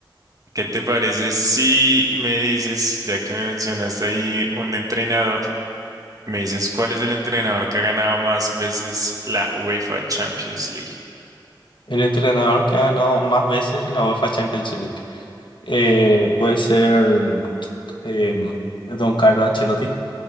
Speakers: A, on the right (about 45°); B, on the left (about 75°).
A: ¿Qué te parece si me dices, ya que me mencionaste ahí un entrenador, me dices cuál es el entrenador que ha ganado más veces la UEFA Champions League?
B: El entrenador que ha ganado más veces la UEFA Champions League. Eh, puede ser eh, Don Carlo Ancelotti.